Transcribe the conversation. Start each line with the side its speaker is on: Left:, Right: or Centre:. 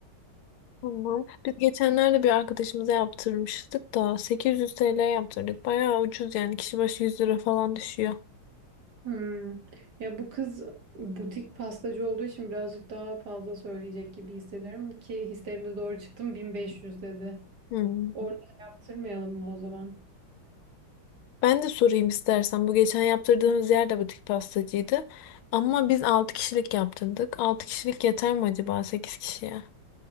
Left: tamam. Biz geçenlerde bir arkadaşımıza yaptırmıştık da 800 TL yaptırdık. Bayağı ucuz yani kişi başı 100 lira falan düşüyor.
Right: Hmm. Ya bu kız butik pastacı olduğu için birazcık daha fazla söyleyecek gibi hissediyorum ki hislerimiz doğru çıktım 1500 dedi.
Left: Hmm.
Right: Orada yaptırmayalım mı o zaman?
Left: Ben de sorayım istersen. Bu geçen yaptırdığımız yer de butik pastacıydı. Ama biz 6 kişilik yaptırdık. altı kişilik yeter mi acaba 8 kişiye?